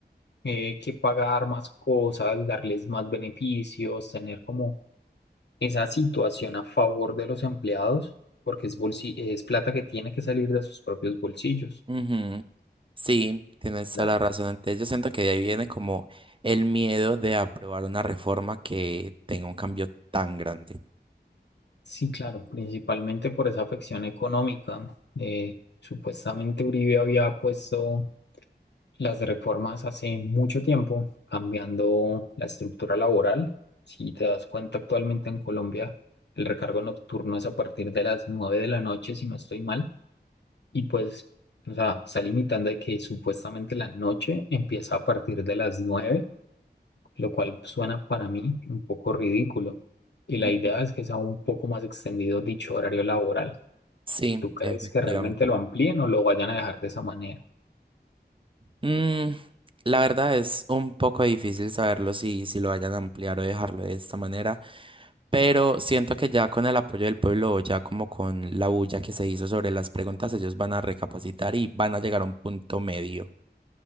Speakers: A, on the left; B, on the right.
A: eh, que pagar más cosas, darles más beneficios, tener como esa situación a favor de los empleados, porque es, bolsi- es plata que tiene que salir de sus propios bolsillos.
B: ujú. Sí, tienes toda
A: Claro.
B: la razón. Entonces yo siento que de ahí viene como el miedo de aprobar una reforma que tenga un cambio tan grande.
A: Sí, claro, principalmente por esa afección económica. Eh, supuestamente Uribe había puesto las reformas hace mucho tiempo, cambiando la estructura laboral. Si te das cuenta, actualmente en Colombia el recargo nocturno es a partir de las 9 de la noche, si no estoy mal, y pues, o sea, está limitando de que supuestamente la noche empieza a partir de las nueve lo cual suena para mí un poco ridículo. Y la
B: Ujú.
A: idea es que sea un poco más extendido dicho horario laboral.
B: Sí,
A: ¿Tú crees
B: efectivamente.
A: que realmente lo amplíen o lo vayan a dejar de esa manera?
B: Mm, la verdad es un poco difícil saberlo si, si lo vayan a ampliar o dejarlo de esta manera, pero siento que ya con el apoyo del pueblo, ya como con la bulla que se hizo sobre las preguntas, ellos van a recapacitar y van a llegar a un punto medio.